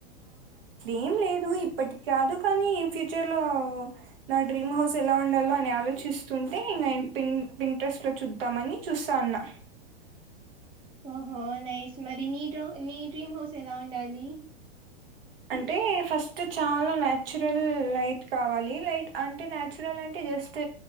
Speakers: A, on the right; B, on the right.
A: ఏం లేదు ఇప్పటికి కాదు. కానీ, ఫ్యూచర్ లో నా డ్రీమ్ హౌస్ ఎలా ఉండాలో అని ఆలోచిస్తుంటే, ఇంగ పిన్, పిన్ ట్రెస్ట్ లో చూద్దామని చూస్తా ఉన్న.
B: ఓహో నైస్. మరి నీ డో నీ డ్రీమ్ హౌస్ ఎలా ఉండాలి?
A: అంటే ఫస్ట్ చాలా నాచురల్ లైట్ కావాలి లైట్ అంటే నాచురల్ అంటే ఇగ జస్ట్